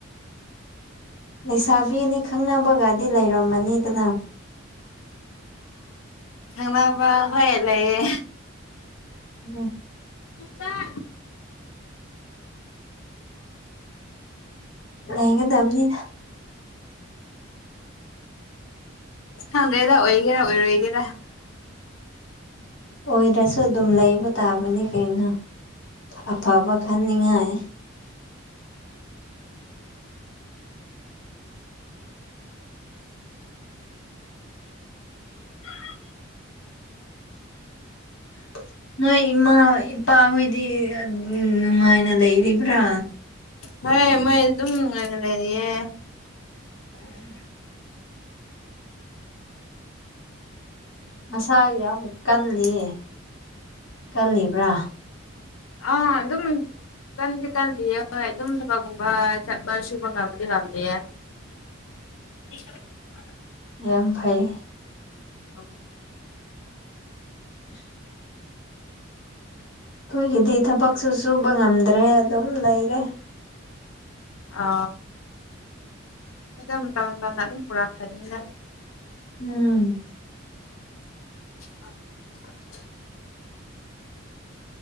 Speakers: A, on the left (about 65°); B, on the left (about 80°).
A: ꯂꯩꯁꯥꯕꯤꯅꯤ ꯈꯪꯅꯕꯒꯅꯤ ꯗꯤ ꯂꯩꯔꯝꯃꯅꯤꯗꯅ
B: ꯈꯪꯅꯕ ꯍꯣꯏ ꯂꯩꯌꯦ
A: ꯎꯝ
B: ꯆꯔ
A: ꯂꯩꯒꯗꯝꯅꯤ
B: ꯈꯪꯗ꯭ꯔꯦꯗ ꯑꯣꯏꯒꯦꯔ ꯑꯣꯏꯔꫭꯏꯒꯦꯔꯥ
A: ꯑꯣꯏꯔꯁꯨ ꯑꯗꯨꯝ ꯂꯩꯕ ꯇꯥꯕꯅꯤ ꯀꯩꯅꯣ ꯑꯐꯕ ꯈꯟꯅꯤꯡꯉꯥꯏ
B: <inaudible>
A: <inaudible> ꯅꯣꯏ ꯏꯃꯥ ꯏꯄꯥꯍꯣꯏꯗꯤ ꯑꯗꯨꯝ ꯅꯨꯡꯉꯥꯏꯅ ꯂꯩꯔꯤꯕ꯭ꯔꯥ
B: ꯍꯣꯏ ꯃꯣꯏ ꯑꯗꯨꯝ ꯑꯣꯏꯅ ꯂꯩꯔꯤꯌꯦ
A: ꯎꯝ ꯃꯁꯥ ꯌꯥꯎꯕ ꯀꯜꯂꯤ ꯀꯜꯂꯤꯕ꯭ꯔꯥ
B: ꯑ ꯑꯗꯨꯝ ꯀꯟꯗꯤ ꯀꯜꯂꯤꯌꯦ ꯍꯣꯏ ꯑꯗꯨꯝ ꯊꯕꯛꯀꯨꯝꯕ ꯆꯠꯄ ꯁꯨꯕ ꯉꯝꯗꯤ ꯉꯝꯂꯤꯌꯦ <inaudible> <unintelligible>
A: ꯌꯥꯝ ꯐꯩ
B: ꯑ <unintelligible>
A: <unintelligible> ꯑꯈꯣꯏꯒꯤꯗꯤ ꯊꯕꯛꯁꯨ ꯁꯨꯕ ꯉꯝꯗ꯭ꯔꯦ ꯑꯗꯨꯝ ꯂꯩꯔꯦ
B: ꯑ ꯃꯤꯇꯝ ꯃꯤꯇꫭꯟ ꯇꯝꯅ ꯑꯗꯨꯝ ꯄꯨꯔꯛꯀꯅꯤꯗ
A: ꯎꯝ
B: <unintelligible>